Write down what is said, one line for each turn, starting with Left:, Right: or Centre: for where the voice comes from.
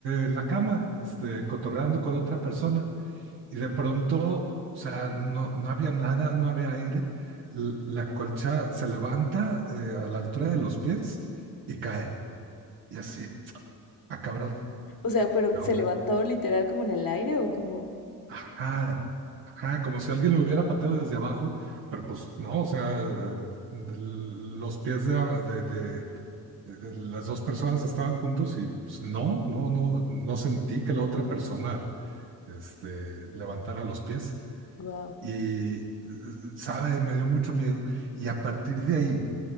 Right: en la cama, este, cotorreando con otra persona. y de pronto, o sea, no, no había nada, no había aire. l- La colcha se levanta eh, a la altura de los pies y cae. Y así, ah, cabrón,
Left: O sea, pero
Right: ¿qué onda?
Left: se levantó literal como en el aire o como.
Right: Ajá, ajá, como si alguien lo hubiera pateado desde abajo, pero pues no, o sea, de- los pies de, de- de- de las dos personas estaban juntos y pues no, no, no, no sentí que la otra persona, este, levantara los pies.
Left: Wow.
Right: y eh, sabe, me dio mucho miedo y a partir de ahí,